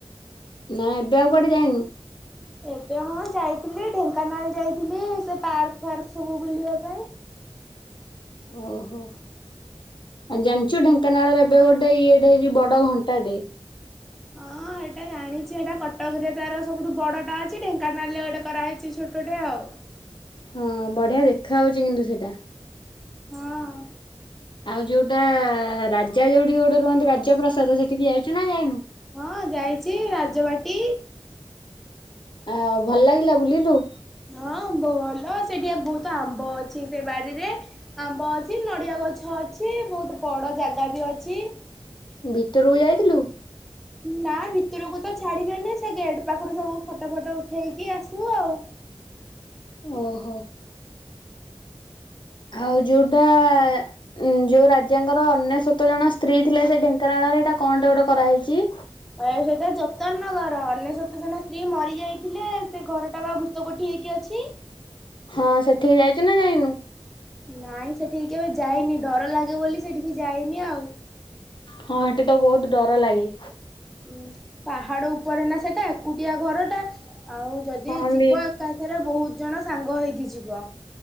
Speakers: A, on the left (about 50°); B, in the centre.
A: ନା ଏବେ ଆଉ କୁଆଡେ ଯାଇନୁ?
B: ଏବେ ହଁ ଯାଇଥିଲି ଢେଙ୍କାନାଳ ଯାଇଥିଲି ସେ ପାର୍କ ଫାର୍କ ସବୁ ବୁଲିବା ପାଇଁ
A: ଓହୋଃ, ଆଉ ଜାଣିଚୁ ଢେଙ୍କାନାଳରେ ଏବେ ଗୋଟେ ଇଏଟେ ହେଇଛି ବଡ ଘଣ୍ଟାଟେ।
B: ହଁ ଏଇଟା ଜାଣିଛି ଏଇଟା କଟକରେ ତାର ସବୁଠୁ ବଡଟା ଅଛି ଢେଙ୍କାନାଳରେ ଗୋଟେ କରାହେଇଛି ଛୋଟଟେ ଆଉ
A: ହଁ ବଢିଆ ଦେଖା ଯାଉଛି କିନ୍ତୁ ସେଇଟା।
B: ହଁଅଅ
A: ଆଉ ଯୋଉଟାଆଆ ରାଜା ଯୋଉଠି ଗୋଟେ ରୁହନ୍ତି ରାଜ୍ୟପ୍ରସାଦ ସେଠିକି ଯାଇଛୁ ନା ଯାଇନୁ?
B: ହଁ ଯାଇଛି ରାଜବାଟୀ
A: ଆ ଭଲ ଲାଗିଲା ବୁଲିଲୁ?
B: ହଁ ଭଲ ସେଠିଆ ବହୁତ ଆମ୍ବ ଅଛି ସେ ବାଡିରେ, ଆମ୍ବ ଅଛି ନଡିଆ ଗଛ ଅଛି ବହୁତ ବଡ ଜାଗା ବି ଅଛି।
A: ଭିତରକୁ ଯାଇଥିଲୁ?
B: ନା ଭିତୁରକୁ ତ ଛାଡିବେନି ସେ ଗେଟ୍ ପାଖରୁ ସବୁ ଫଟୋଫଟ ଉଠେଇକି ଆସୁ ଆଉ
A: ଓହୋ। ଆଉ ଯୋଉଟା ଉଁ ଯୋଉ ରାଜାଙ୍କର ଅନେଶତ ଜଣ ସ୍ତ୍ରୀ ଥିଲେ ସେ ଢେଙ୍କାନାଳରେ ଏଇଟା କଣଟେ ଗୋଟେ କରାହେଇଛି?
B: ଅ ସେଟା ଯତନ ନଗର ଅନେଶତ ଜଣ ସ୍ତ୍ରୀ ମରିଯାଇଥିଲେ ସେ ଘରଟା ବା ଭୂତକୋଠି ହେଇକି ଅଛି।
A: ହଁ ସେଠିକି ଯାଇଛୁ ନା ଯାଇନୁ?
B: ନାଇଁ ସେଠିକି କେବେ ଯାଇନି ଡର ଲାଗେ ବୋଲି ସେଠିକି ଯାଇନି ଆଉ।
A: ହଁ ଠେଠି ତ ବହୁତ ଡର ଲାଗେ।
B: ଉଁ ପାହାଡ ଉପରେ ନା ସେଟା ଏକୁଟିଆ ଘରଟା ଆଉ ଯଦି
A: ହଁ
B: ଯିବ
A: ବି
B: ଏକାଥରେ ବହୁତ୍ ଜଣ ସାଙ୍ଗ ହେଇକି ଯିବ।